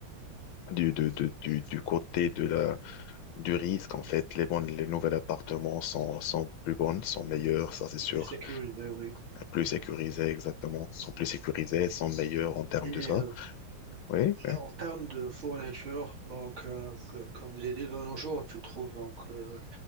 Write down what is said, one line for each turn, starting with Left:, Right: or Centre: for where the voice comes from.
Left: du, de, de- du, du côté de la, du risque, en fait. Les bonnes, les nouveaux appartements sont, sont plus bonnes, sont meilleurs, ça c'est sûr.
Right: Plus sécurisé, oui.
Left: Plus sécurisés, exactement. Sont plus sécurisés, sont meilleurs en termes
Right: Et
Left: de ça.
Right: euh,
Left: Oui, oui,
Right: en termes de fourniture, donc, euh, que- comme j'ai dit de nos jours, tu trouves, donc, euh,